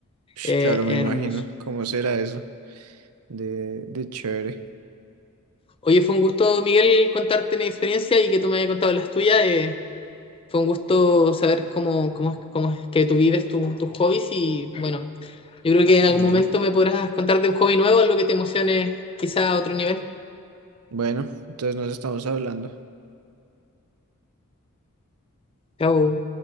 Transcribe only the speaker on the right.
Ush,
claro, me imagino.
¿Cómo será eso? De, de chévere.
Bueno,
bueno, entonces nos estamos hablando.